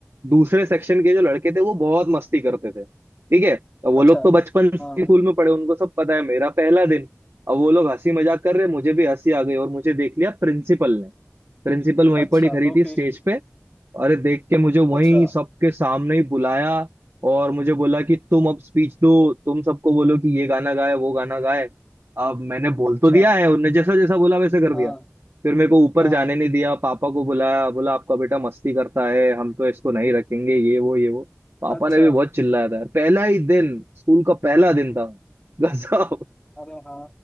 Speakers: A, on the right (about 60°); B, on the left (about 15°).
A: दूसरे सेक्शन के जो लड़के थे वो बहुत मस्ती करते थे ठीक है अब वो
B: अच्छा
A: लोग तो बचपन से
B: हाँ
A: स्कूल में पढ़े उनको सब पता है मेरा पहला दिन अब वो लोग हंसी मजाक कर रहे मुझे भी हंसी आ गई और मुझे देख लिया प्रिंसिपल ने प्रिंसिपल वहीं
B: अच्छा
A: पर ही खड़ी
B: तो
A: थी
B: फिर
A: स्टेज पे अरे देख के मुझे वहीं
B: अच्छा
A: सबके सामने ही बुलाया और मुझे बोला कि तुम अब स्पीच दो तुम सबको बोलो कि ये गाना गाए वो गाना गाए अब मैंने बोल तो
B: अच्छा
A: दिया है उनने जैसा जैसा बोला वैसे कर
B: हाँ
A: दिया फिर मेरे को ऊपर
B: हाँ
A: जाने नहीं दिया पापा को बुलाया बोला आपका बेटा मस्ती करता है हम तो इसको नहीं रखेंगे ये वो ये वो पापा
B: अच्छा
A: ने भी बहुत चिल्लाया था पहला ही दिन स्कूल का पहला दिन था <laughs> गजब
B: अरे हाँ